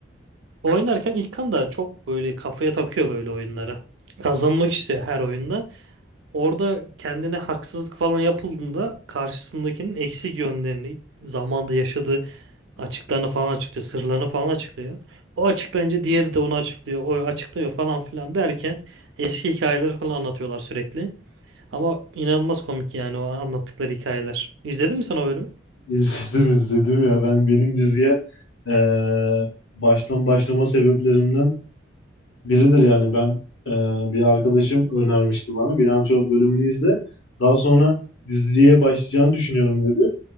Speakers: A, on the right (about 75°); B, on the left (about 70°).
A: oynarken İlkan da çok böyle kafaya takıyor böyle oyunları. Kazanmak istiyor her oyunda. Orada kendine haksızlık falan yapıldığında karşısındakinin eksik yönlerini, zamanda yaşadığı açıklarını falan açıklıyor, sırlarını falan açıklıyor. O açıklayınca diğeri de onu açıklıyor, o açıklıyor falan filan derken eski hikayeleri falan anlatıyorlar sürekli. Ama inanılmaz komik yani o anlattıkları hikayeler. İzledin mi sen o bölümü?
B: İzledim izledim ya ben benim diziye eee, baştan başlama sebeplerimden biridir yani ben eee, bir arkadaşım önermişti bana bilanço bölümünü izle daha sonra diziye başlayacağını düşünüyorum dedi.